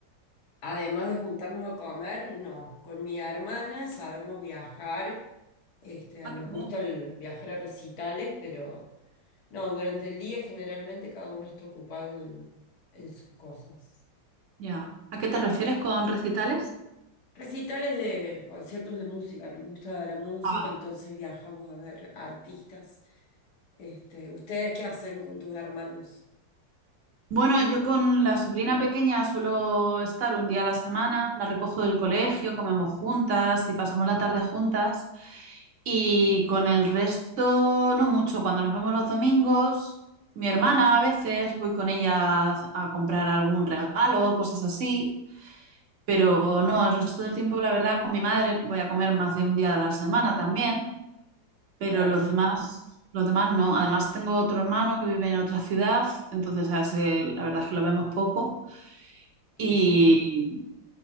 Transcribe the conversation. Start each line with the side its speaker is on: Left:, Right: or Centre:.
Left: Además de juntarnos a comer, no. Con mi hermana sabemos viajar. Este,
Right: Ah,
Left: nos
Right: qué
Left: gusta
Right: bien.
Left: el viajar a recitales, pero no, durante el día generalmente cada uno está ocupado en, en sus cosas.
Right: Ya. ¿A qué te refieres con recitales?
Left: Recitales de conciertos de música, nos gusta la música,
Right: Ah, vale.
Left: entonces viajamos a ver artistas. Este, ¿ustedes qué hacen con tus hermanos?
Right: Bueno, yo con la sobrina pequeña suelo estar un día a la semana, la recojo del colegio, comemos juntas y pasamos la tarde juntas. Y con el resto, no mucho. Cuando nos vemos los domingos, mi hermana a veces voy con ella a a comprar algún regalo, cosas así. Pero no, el resto del tiempo, la verdad, con mi madre voy a comer más de un día a la semana también pero
Left: Claro,
Right: los demás, los demás no. Además, tengo otro hermano que vive en otra ciudad, entonces a ese la verdad es que lo vemos poco.
Left: y
Right: Y,
Left: sí.